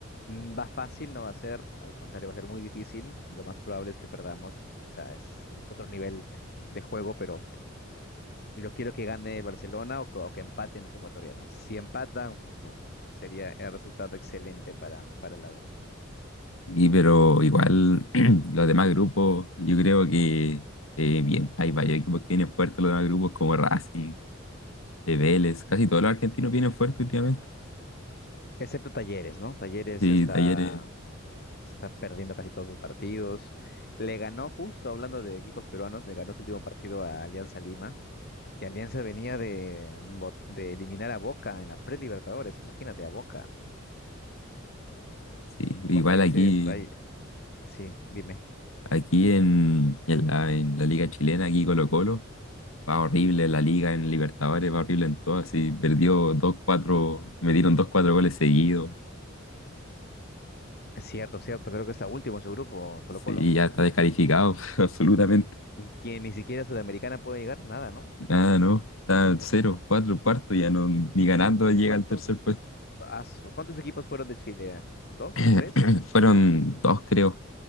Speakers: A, on the left; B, on the left.
A: mm, va fácil, no va a ser, al contrario, va a ser muy difícil. Lo más probable es que perdamos. O sea, es, es otro nivel de juego, pero Yo quiero que gane el Barcelona o, co- o que empaten los ecuatorianos. Si empatan, uf, sería el resultado excelente para, para la U.
B: Y pero igual <clears throat> los demás grupos, yo creo que eh, bien, hay varios equipos que vienen fuertes los demás grupos como Racing. de Vélez, casi todos los argentinos vienen fuerte últimamente.
A: Excepto Talleres, ¿no? Talleres
B: Sí,
A: está,
B: Talleres,
A: está perdiendo casi todos sus partidos. Le ganó, justo hablando de equipos peruanos, le ganó su último partido a Alianza Lima, que Alianza venía de, un bo- de eliminar a Boca en la pre-Libertadores, imagínate, a Boca.
B: sí,
A: Boca
B: igual
A: ya
B: aquí,
A: se... Boca ya- Sí, dime.
B: aquí en, en la, en la liga chilena, aquí Colo-Colo, va horrible la liga en Libertadores, va horrible en todo, así perdió dos cuatro me dieron dos cuatro goles seguidos,
A: Cierto, cierto, creo que está último en su grupo, Colo-Colo.
B: sí, ya está descalificado, <laughs> absolutamente,
A: Que ni siquiera Sudamericana puede llegar, nada, ¿no?
B: nada, no, está cero cuatro cuarto, ya no, ni ganando llega
A: ¿Cuántos,
B: al tercer puesto.
A: aso, cuántos equipos fueron de Chile? ¿Dos?
B: <clears throat>
A: ¿Tres?
B: Fueron dos, creo,